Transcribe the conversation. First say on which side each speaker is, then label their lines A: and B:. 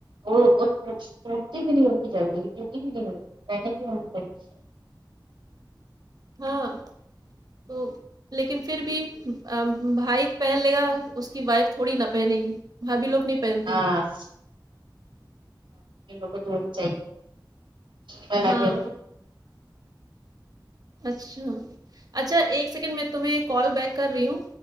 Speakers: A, on the right; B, on the right.
A: وہوتی بھی نہیں ہوی جلی توتی بھی نہیں <unintelligible>
B: ہاں تو لیکن پھر بھی بھائی پہن لے گا اس کی وائف تھوڑی نہ پہنے گی بھابھی لوگ نہیں پہنتی
A: <unintelligible> کو چاہیے <unintelligible>
B: ہاں اچھا اچھا ایک سیکنڈ میں تمہیں کال بیک کر رہی ہوں